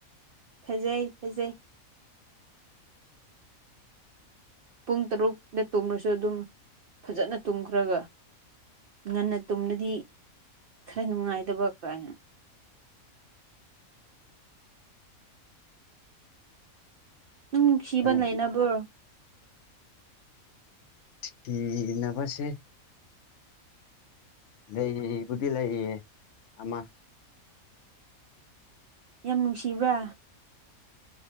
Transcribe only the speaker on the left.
ꯑꯗꯨ
ꯇꯤ ꯅꯕꯁꯦ ꯂꯩꯕꯨ꯫ꯗꯤ ꯂꯩꯌꯦ ꯑꯃ